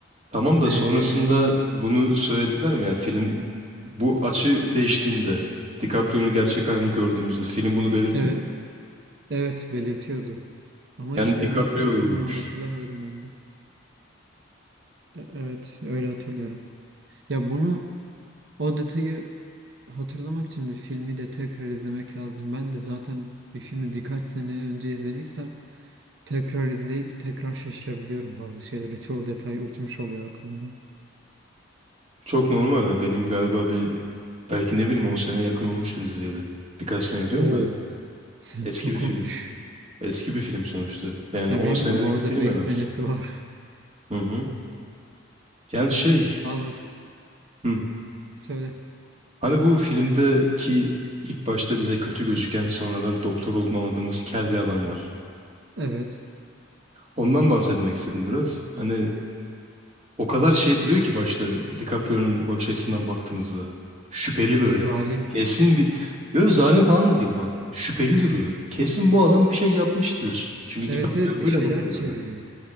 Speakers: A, on the right; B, on the right.
A: Tamam da
B: eee,
A: sonrasında bunu söylediler mi? Yani film bu açı değiştiğinde DiCaprio'nun gerçek halini gördüğümüzde film bunu belirtti
B: evet
A: mi?
B: evet belirtiyordu. Ama
A: Yani
B: işte
A: DiCaprio
B: nasıldı
A: öldürmüş.
B: onu hatırlamıyorum ben de. E- evet öyle hatırlıyorum. Ya bunu o detayı hatırlamak için bir filmi de tekrar izlemek lazım. Ben de zaten bir filmi birkaç sene önce izlemişsem tekrar izleyip tekrar şaşırabiliyorum bazı şeylere. Çoğu detay uçmuş oluyor aklımdan.
A: Çok normal de benim galiba bir belki ne bileyim 10 sene yakın olmuştur izleyeli. Birkaç sene diyorum
B: Oo,
A: da
B: sen
A: eski
B: çok
A: bir film.
B: olmuş.
A: Eski bir film sonuçta. Yani
B: Ya
A: 10
B: benim
A: senelik
B: de bu arada
A: bir film
B: 5
A: en
B: senesi
A: az.
B: var.
A: Hı hı. Yani şey
B: Bazı f-
A: hı.
B: söyle.
A: Hani bu filmdeki ilk başta bize kötü gözüken sonradan doktor olduğunu anladığımız kel bir adam var.
B: Evet.
A: Ondan bahsetmek istedim biraz. Hani o kadar şey duruyor ki başta DiCaprio'nun bakış açısından baktığımızda. Şüpheli
B: Böyle
A: böyle.
B: zalim.
A: Kesin bir... Yok zalim falan da değil bak. Şüpheli duruyor. Kesin bu adam bir şey yapmış diyorsun. Çünkü
B: Evet
A: DiCaprio
B: evet bir
A: öyle
B: şeyler
A: bakıyor
B: çeviriyor.